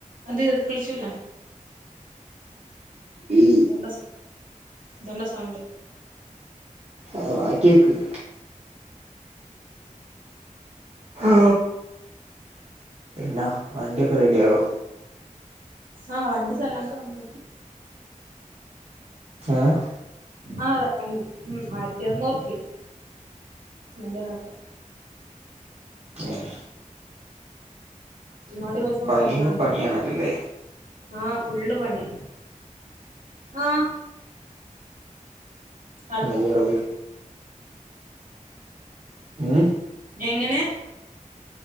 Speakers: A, on the right; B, on the right.
A: അത് കിളിചൂല
B: ഉം
A: ഇതന്നെ സൗണ്ട്
B: ആഹ് മാറ്റി വെയ്ക്ക് ഹാ പിന്നെ വണ്ടിയൊക്കെ റെഡി ആയോ
A: ആഹ് വണ്ടി ചലാൻക്ക് വന്ന്
B: ഏഹ്
A: ആഹ് ആയിരത്തറുന്നൂറുപ്പിയായി എന്റെ മാത്രം
B: ഏഹ്
A: അവിടെയും പൈസ പോയത്
B: പണിയുമ്പോ
A: അങ്ങനാണ്ട്
B: പണിയാണല്ലോല്ലേ
A: ആഹ് ഫുള്ള് പണിയ ആഹ്
B: <unintelligible>
A: അടുക്കാം
B: മ്
A: എങ്ങനെ